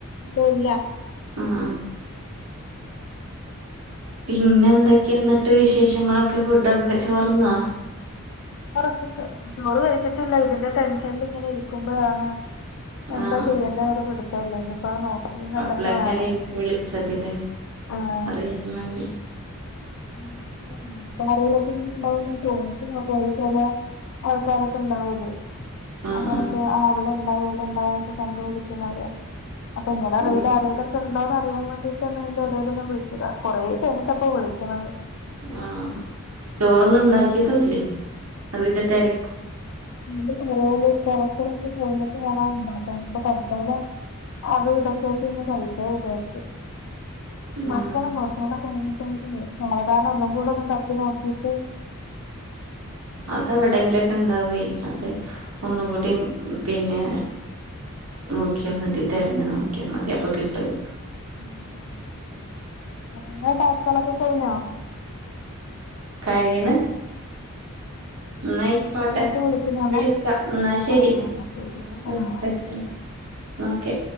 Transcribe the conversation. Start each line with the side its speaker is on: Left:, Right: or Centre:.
Left: ദേ ഇല്ല
Right: ഉംഉം പിന്നെ എന്തൊക്കെയ എന്നിട്ട് വിശേഷങ്ങളൊക്കെ ഫുഡൊക്കെ ചോർന്നോ
Left: ക്കക്കെ ചോറ് കഴിച്ചിട്ടില്ല ഇതിന്റെ ടെൻഷനിൽ ഇങ്ങനെ ഇരിക്കുമ്പഴാണ് എന്താ
Right: ആഹ്
Left: ചെയ്യേണ്ട ഒരു പിടുത്തം ഇല്ലേ ഇനിയിപ്പോ നോക്കിന്ന് എന്തൊക്കെ
Right: അപ്പളേക്കാരം
Left: വേണം
Right: എനിക്ക് വിളിച്ചതില്ലേ
Left: ആഹ്
Right: അറിയാൻ വേണ്ടി
Left: <unintelligible> ചോദിച്ച് <unintelligible> ആൾക്കാരൊക്കെ ഉണ്ടാവല്ലോ
Right: ആഹ്
Left: അങ്ങനെയൊക്കെ
Right: ആഹ്
Left: ആ അവിടെ ഇണ്ടാവും ഇവിടെ ഉണ്ടാവ എന്നൊക്കെ കണ്ടപടിക്കുന്ന അവേ അപ്പൊ നിങ്ങളടെ അറിവിൽ
Right: ഉം
Left: ആരേലൊക്കെ ഉണ്ടോന്ന് അറിയാൻ വേണ്ടിട്ട് അതി ഇടയിൽ ഒന്ന് വിളിച്ചാതാ വ കുറെ കയിഞ്ഞട്ട് വിളിച്ചതാ ക്കണത്
Right: ആഹ് ചോറൊന്നും ഉണ്ടാക്കിയതുംല്ലേ അതിന്റെ തെരെക്കെ
Left: പേരെല് തെരക്ക് ഓക്കേകഴിഞ്ഞിട്ട് വാണം ഉണ്ടാക്കാൻ ഇപ്പോ തൽകാലം അത് ഇതോക്കെയായിട്ട് കഴിക്കാം ന്ന് വിചാരിച്ച് തപ്പണം
Right: ആഹ്
Left: കൊറച്ചു കൂടെ കഴിഞ്ഞിട്ട് സാവധാനം ഒന്നും കൂടെ ഒന്നും തപ്പി നോക്കിട്ട്
Right: അത് എവിടെങ്കിലുംക്കെ ഉണ്ടാവേ അത് ഒന്നും കൂടി പിന്നെ നോക്കിയാ മതി തെരഞ്ഞു നോക്കിയാ മതി അപ്പൊ കിട്ടു അനക്ക്
Left: ഉം ഉ ഇങ്ങളെ ടാസ്കളൊക്കെ കഴിഞ്ഞോ
Right: കയ്യ്ണ് ന്നയിക്കോട്ടെ
Left: ഇങ്ങോട്ട് വിളിക്കുന്നതാണോ
Right: എന്നാ വിളിക്ക എന്നാ ശരി
Left: ആ ആ
Right: എന്ന
Left: എന്നാ ശരി ആ
Right: വെച്ചളാ ന്നാ ഒക്കെ